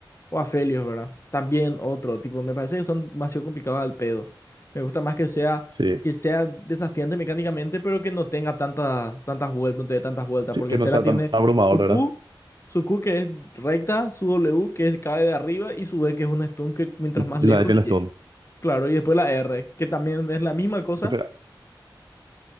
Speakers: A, on the left (about 35°); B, on the right (about 65°).
A: O Aphelios, ¿verdad? También otro, tipo, me parece que son demasiado complicados al pedo. Me gusta más que sea,
B: Sí.
A: que sea desafiante mecánicamente, pero que no tenga tantas, tantas vueltas, no te dé tantas vueltas,
B: sí.
A: porque
B: Que no
A: Sera
B: sea
A: tiene
B: tan abrumador,
A: su
B: ¿verdad?
A: Q, su Q que es recta, su W que es cae de arriba y su B que es un stun que mientras
B: Y
A: más lejos
B: y la de Kelestone.
A: llega. Claro, y después la R, que también es la misma cosa
B: Pero,